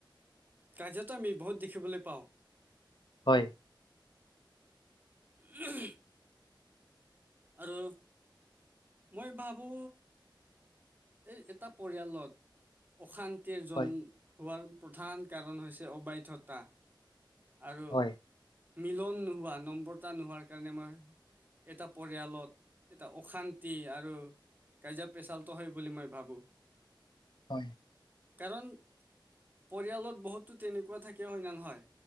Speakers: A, on the right (about 20°); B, on the left (about 65°).
A: কাজিয়াতো আমি বহুত দেখিবলৈ পাও
B: হয়
A: উম আৰু মই ভাবো এই এটা পৰিয়ালত অশান্তিৰ জন্ম
B: হয়
A: হোৱাৰ প্ৰধান কাৰণ হৈছে অবৈধতা আৰু
B: হয়
A: মিলন নো হোৱা নম্ৰতা এটা নোহোৱাৰ কাৰণে মই এটা পৰিয়ালত এটা অশান্তি আৰু কাজিয়া পেচালটো হয় বুলি মই ভাবো
B: হয় হয়
A: কাৰণ পৰিয়ালত বহুতো তেনেকোৱা থাকেও হয় ন নহয়